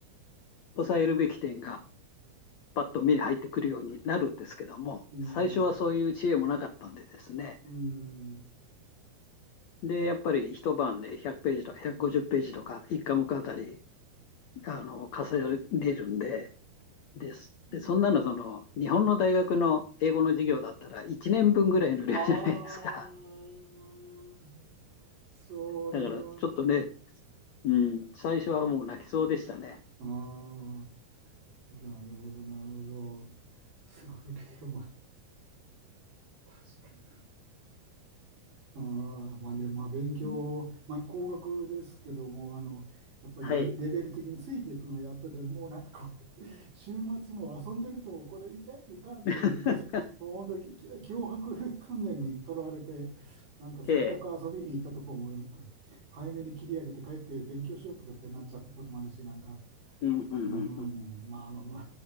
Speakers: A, on the left; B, on the right.
A: 抑えるべき点が、パッと目に入ってくるようになるんですけども、
B: うん、
A: 最初はそういう知恵もなかったんでですね、
B: うん、
A: で、やっぱり一晩で100ページとか150ページとか、一科目あたり、あの、重ねるんで、です。
B: うん、
A: で、そんなの、その、日本の大学の英語の授業だったら、1年分ぐらいの量じゃないですか。
B: ああそうでしょうね。
A: だから、ちょっとね、うん、最初はもう泣きそうでしたね。
B: ああ、なるほど、なるほど。それは、まあ確かに。ああ、まあで、まあ勉強、
A: うん、
B: まあ工学ですけども、あの、やっぱりレベ、
A: はい。
B: レベル的についていくのをやったでもうなんかこう、<laughs> 週末も遊んでると、これいかん、いかんということで、
A: <laughs>
B: もう本当にき強迫観念にとらわれて、なんかせっかく遊びに行ったとこも、
A: ええ、
B: なんか早めに切り上げて帰って勉強しようとかってなっちゃったこともあるし、なんか、
A: うん、うん、
B: うーん、
A: うん、うん。
B: まああの、の